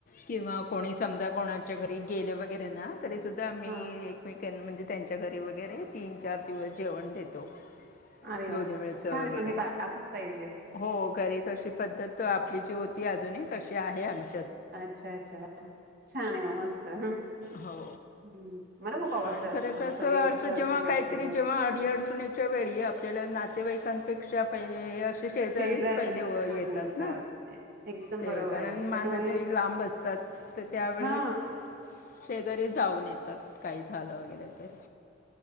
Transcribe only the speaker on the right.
हा
अरे वा
वा.
छान आहे पण हे पा- असंच पाहिजे
अच्छा अच्छा छान आहे म मस्त
हम्म. मला खूप आवडतं
असतं
सगळे
एकत्र असले
पाहिजे
मस्त
शेजारचेच
कामे
ए- एकदम
बरोबर
आहे त्याच्यामुळे
हा